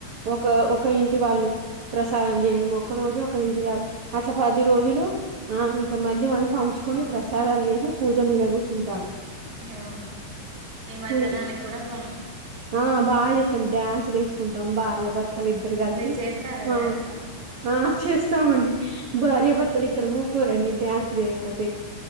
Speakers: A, on the right; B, on the right.
A: ఒక ఒక్క ఇంటి వాళ్ళు ప్రసాదం చేయడం జోక ఇంటిరా అట్ల పది రోజులు ఆ ఇంక మధ్యవన్ని పంచుకొని ప్రసాదాలు చేసి పూజ మీద కూర్చుంటాం.
B: అవును నిమజ్జనానికి
A: పుల్
B: కూడా బా
A: ఆ బాగా చేస్తం డ్యాన్స్ లేస్ కుంటాం భార్యభర్తలు ఇద్దరు కలిసి
B: మీరు చేస్తారా
A: ఆ
B: డ్యాన్స్
A: ఆ చేస్తామండి. భార్యభర్తలు ఇక్కడ ఊకోరండి డ్యాన్స్ చేయపోతే